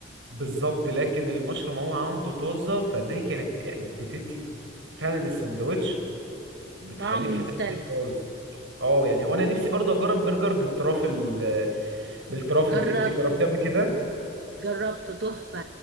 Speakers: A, on the right; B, on the right.
A: بالظبط لكن المشروم هو عنده طازة فدي كانت يعني بتدي فعلا السندوتش بتخليه
B: طعم
A: في حتة
B: مختلف
A: تانية خالص اه يعني وانا نفسي برضه اجرب برجر بالترافل بالترافل
B: جربته
A: انت جربتيه قبل كده
B: جربته تحفة